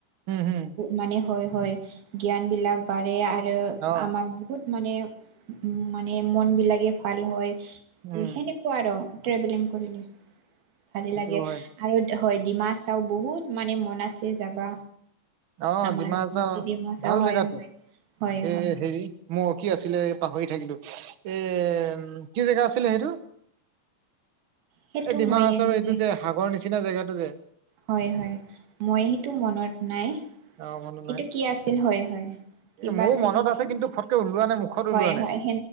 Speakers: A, on the right (about 65°); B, on the right (about 80°).
A: উম হম
B: মানে হয়, হয় জ্ঞান বিলাক বাঢ়ে আৰু
A: অ
B: আমাৰ বহুত মানে, মানে মনবিলাকে ভাল হয়
A: উম
B: সেনে কোৱা আৰু ট্ৰেভেলিং কৰিলে। ভালে
A: সেইটো
B: লাগে আৰু
A: হয়
B: হয় ডিমা হাচাও বহুত মানে মন আছে যাবা।
A: অ',
B: আমাৰ
A: ডিমা
B: অসমতে
A: হাছাও
B: ডিমা চাও
A: ভাল
B: হয়
A: জেগাটো,
B: হয় হয়
A: এই
B: হয়
A: হেৰি মৌ কি আছিলে পাহৰি থাকিলোঁ, এ কি জেগা আছিলে সেইটো?
B: সেইটো
A: এ ডিমা
B: মইয়ে
A: হাছাও
B: মানে
A: এইটো যে সাগৰ নিচিনা জেগাটো যে।
B: হয়, হয় মই সেইটো মনত নাই
A: অ মনত
B: সেইটো
A: নাই
B: কি আছিল? হয, হয়। কিবা
A: ময়ো
B: আছিল
A: মনত
B: নেকি?
A: আছে কিন্তু ফটকে ওলোৱা নাই মুখত
B: হয়,
A: ওলোৱা নাই
B: হয়,